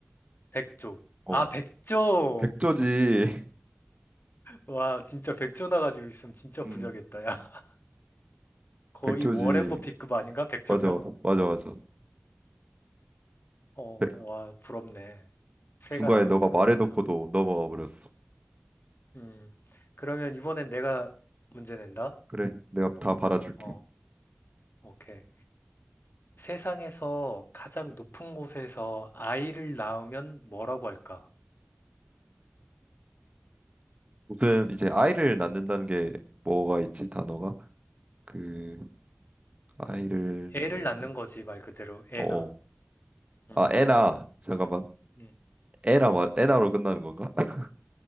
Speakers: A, on the left; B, on the right.
A: 백조.
B: 어
A: 아, 백조!
B: 백조지 <laughs>
A: 와, 진짜 백조 나가지고 있으면 진짜 부자겠다,
B: 음
A: 야. <laughs> 거의
B: 백조지
A: 워렌 버핏급 아닌가? 백조면?
B: 맞아 맞아 맞아
A: 어,
B: 네,
A: 와, 부럽네. 새가
B: 중간에
A: 나보다
B: 너가
A: 돈이
B: 말해놓고도
A: 많아.
B: 넘어가 버렸어
A: 음, 그러면 이번엔 내가 문제 낸다?
B: 그래 내가 다 받아줄게
A: 어, 오케이. 세상에서 가장 높은 곳에서 아이를 낳으면 뭐라고 할까?
B: 무슨 이제 아이를 낳는다는 게 뭐가 있지 단어가 그 아이를 낳는다
A: 애를 낳는 거지, 말 그대로. 애나.
B: 어아
A: 음,
B: 에나 잠깐만
A: 음.
B: 에나 맞 에나로 끝나는 건가? <laughs>